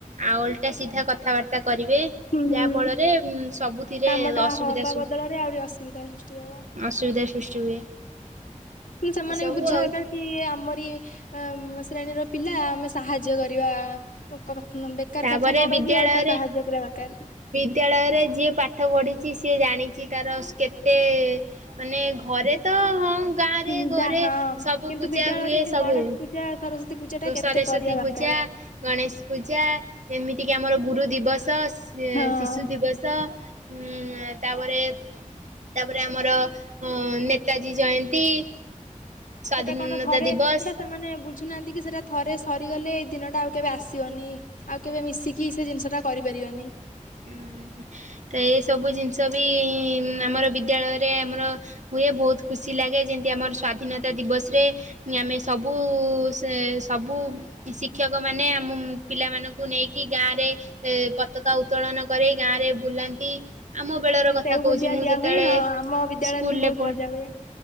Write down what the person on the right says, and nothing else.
ଆଉ ଓଲଟା ସିଧା କଥାବାର୍ତ୍ତା କରିବେ।
ଯାହା ଫଳରେ ସବୁଥିରେ
ଅସୁବିଧା
ଶୃ
ଅସୁବିଧା ସୃଷ୍ଟି ହୁଏ।
ଏମିତି
ସବୁ
ଆଉ
ତାପରେ
ବିଦ୍ୟାଳୟରେ
ବିଦ୍ୟାଳୟରେ ଯିଏ ପାଠ ପଢ଼ିଛି ସିଏ ଜାଣିଛି ତାର କେତେ ମାନେ ଘରେ ତ ହଁ। ଗାଁରେ
ଘରେ
ସବୁ
ପୂଜା
ହୁଏ
ସବୁ
ହୁଏ
ସରସ୍ଵତୀ
ପୂଜା ଗଣେଶ ପୂଜା ଏମିତିକି ଆମର ଗୁରୁ ଦିବସ,
ଶିଶୁ ଦିବସ। ଉ ତାପରେ ତାପରେ ଆମର ନେତାଜୀ ଜୟନ୍ତୀ। ସ୍ଵାଧୀନତା
ଦିବସ
ଉଁ, ହୁଁ, ତ ଏଇ ସବୁ ଜିନିଷ ବି ଆମର ବିଦ୍ୟାଳୟରେ ଆମର ହୁଏ, ବହୁତ ଖୁସି ଲାଗେ ଯେମିତି ଆମର ସ୍ଵାଧୀନତା ଦିବସରେ ମି-ଆମେ ସବୁ ସେ ସବୁ ଶିକ୍ଷକ ମାନେ ଆମ ପିଲାମାନଙ୍କୁ ନେଇକି ଗାଁରେ ଏ, ପତକା ଉ ଉତ୍ତୋଳନ କରି ଗାଁରେ ବୁଲନ୍ତି। ଆମ ବେଳର
କଥା
କହୁଛି
ମୁଁ
ଯେତେବେଳେ
ସ୍କୁଲ୍
ରେ ପଢ